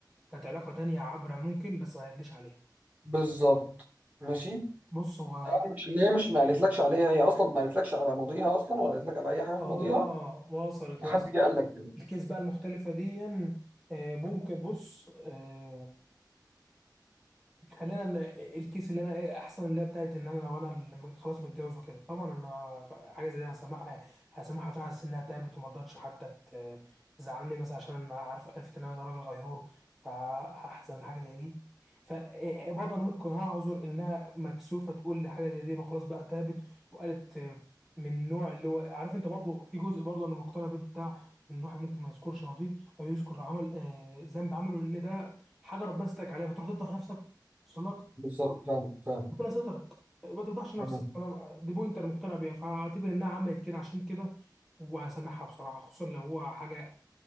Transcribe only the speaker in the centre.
كانت علاقه تانية عبره ممكن بس ما قالتليش عليها
بص هو
اه
وصلت
وصلت
الكيس بقى المختلفه دي آه، ممكن بص آه، خلينا ان الكيس اللي انا ايه احسن اللي هي بتاعت ان انا لو انا اللي م- خلاص متجوز وكده طبعا انا حاجه زي دي هسامحها هسامحها فيها على أساس انها تعبت وما رضتش حتى ت- تزعلني مثلا عشان انا عارف عرفت ان انا راجل غيور فهحزن لحاجه زي دي فبرضه انا ممكن اعذر انها مكسوفه تقول لي حاجه زي دي وخلاص بقى تعبت وقالت آه، من النوع اللي هو عارف انت برضه في جزء برضه انا مقتنع بيه بتاع ان الواحد ممكن ما يذكرش ماضيه او يذكر عمل آه، ذنب عمله لان ده حاجه ربنا ستاك عليها فتروح تفضح نفسك وصل لك
ربنا سترك ما تفضحش نفسك
انا دي بوينت انا مقتنع بيها فاعتبر انها عملت كده عشان كده وهسامحها بصراحه خصوصا لو هو حاجه